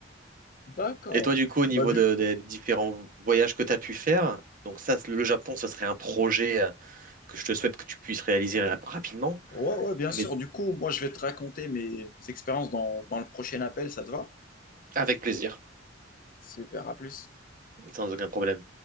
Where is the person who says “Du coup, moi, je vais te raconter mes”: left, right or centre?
Left